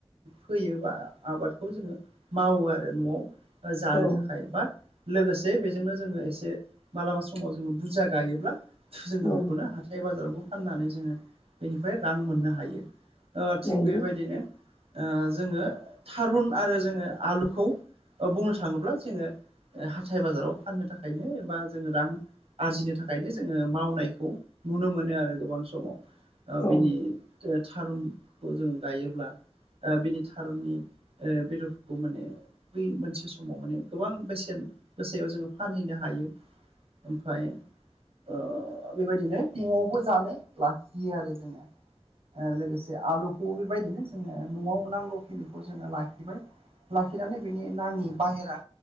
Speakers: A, on the right (about 80°); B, on the left (about 65°).
A: फोयो बा आबादखौ जोंङो मावो आरो न'आव ओ जानो
B: औ
A: थाखाय बा लोगोसे बेजोंनो जोंङो एसे मालाबा समाव जोंङो बुरजा गायोब्ला जोंङो
B: औ
A: बेखौनो हाथार हाइ बाजारावबो फाननानै जोंङो बेनिफ्राय रां मोननो हायो। ओ थिग
B: नंगौ
A: बेबायदिनो ओ जोङो थारुन आरो जोंङो आलुखौ बुंनो थाङोब्ला जोंङो ओ हाथाय बाजाराव फाननो थाखायनो एबा जोङो रां आरजिनो थाखायनो जोंङो मावनायखौ नुनो मोनो आरो गोबां समाव। ओ
B: औ
A: बिनि थारुनखौ जों गायोब्ला बिनि थारुननि ओ बेदरफोरखौ माने बै मोनसे समाव माने गोबां बेसेन गोसायाव जोंङो फानहैनो हायो। ओमफ्राय ओ बेबायदिनो न'आवबो जानो लाखियो आरो जोंङो। ओ लोगोसे आलुखौ बेबायदिनो जोंङो न'आव नांगौखिनिखौ जोंङो लाखिबाय लाखिनानै बिनि नाङि बाहेरा